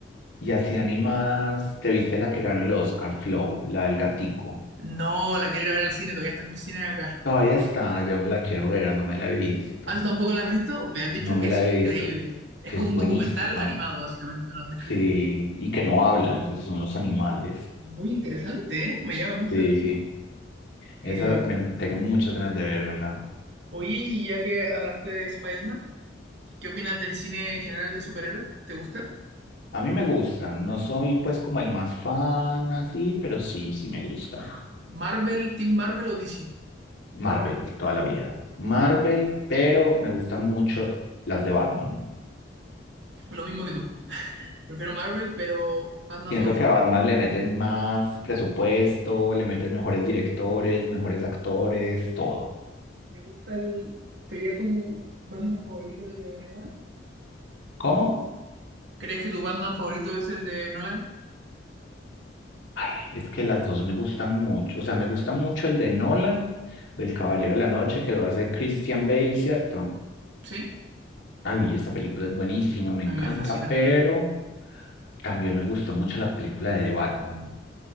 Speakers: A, on the left (about 80°); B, on the right (about 70°).
A: y así animadas, ¿te viste la que ganó el Oscar, Flow, la del gatico?
B: No, la quiero ir a ver al cine, todavía está en mi cine acá.
A: Todavía
B: Eh,
A: está, yo me la quiero ver, no me la he visto.
B: ¿ah, tú tampoco la has visto? Me han dicho
A: No
B: que
A: me
B: es
A: la he
B: increíble.
A: visto,
B: Es
A: que
B: como
A: es
B: un
A: buenísima.
B: documental animado, básicamente, me lo han descrito.
A: Sí, y que no hablan, pues son los
B: Sí,
A: animales.
B: muy interesante, ¿eh? Me llama mucho
A: Sí,
B: la atención. Eh,
A: esa me- tengo muchas ganas de vérmela.
B: oye, y ya que hablaste de Spider-Man, ¿qué opinas del cine general de superhéroes? ¿Te gusta?
A: A mí me gusta, no soy pues como el más fan así, pero sí, sí me gusta.
B: ¿Marvel, Team Marvel o DC?
A: Marvel, toda la vida. Marvel, pero me gustan mucho las de Batman.
B: Lo mismo que tú. Prefiero Marvel, pero Batman
A: Siento
B: me gusta.
A: que a Batman le meten más presupuesto, le meten mejores directores, mejores actores, todo.
B: ¿Te gusta el... ¿Sería tu Batman favorito el de verdad?
A: ¿Cómo?
B: ¿Crees que tu Batman favorito es el de Nolan?
A: Ay, es que las dos me gustan mucho. O sea, me gusta mucho el de Nolan, del Caballero de la Noche, que lo hace Christian Bale, ¿cierto?
B: Sí,
A: Ay, esa película es buenísima, me
B: a
A: encanta,
B: mí me fascina.
A: pero también me gustó mucho la película de The Batman.